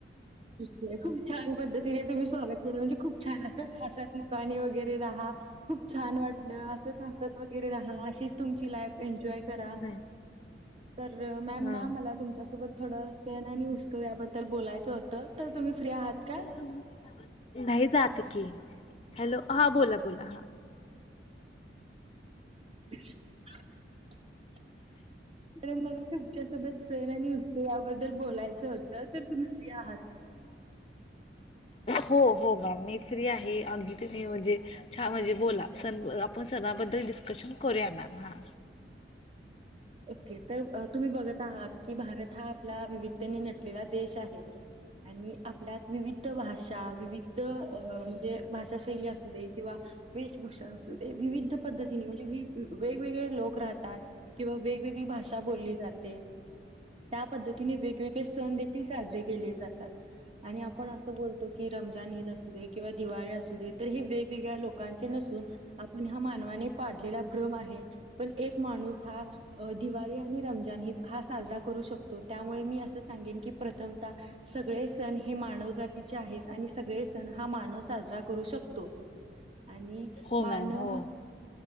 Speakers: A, on the right; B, on the left.
A: ठीक हे खूप छान पद्धतीने तुम्ही स्वागत केलं म्हणजे खूप छान असंच हसत मुकाने वगैरे रहा खूप छान वाटलं असं. हसत वगैरे राहा, अशीच तुमची लाईफ एन्जॉय करा.
B: नाही
A: तर मॅम
B: हा
A: ना मला तुमच्यासोबत थोडं सण आणि उत्सव, याबद्दल बोलायचं होतं तर तुम्ही फ्री आहात का?
B: तुम नाही जात की हॅलो हा बोला, बोला हा.
A: <unintelligible> आणि मला तुमच्यासोबत सण आणि उत्सव याबद्दल, बोलायचं होतं तर तुम्ही फ्री आहात.
B: हो हो ग मी फ्री आहे अगदी तुम्ही म्हणजे छा म्हणजे बोला सन पण सनाबद्दल डिस्कशन करूया मॅम हां.
A: ओके तर त तुम्ही बघत आहात, की भारत हा आपला विविधतेने नटलेला देश आहे. आणि आपल्यात विविध भाषा, विविध अ म्हणजे भाषा शैली अस किंवा वेशभूषा असू दे, विविध पद्धतीने म्हणजे वेगवेगळे लोक राहतात. व वेगवेगळी भाषा बोलली जाते, त्या पद्धतीने वेगवेगळे सण देखील साजरे केले जातात, आणि आपण अस बोलतो. कि रमजान ईद असू दे, किंवा दिवाळी असू दे, तर हे वेगवेगळ्या लोकांचे नसून आपण ह्या मानवाने पाडलेला भ्रम आहे, पण एक माणूस हा अ दिवाळी आणि रमजान ईद हा साजरा करू शकतो त्यामुळे मी असं सांगेन की प्रत तमता सगळे सण हे मानव जातीचे आहेत, आणि सगळे सण हा मानव साजरा करू शक तो आणि
B: हो
A: मानव
B: मॅम हो
A: हा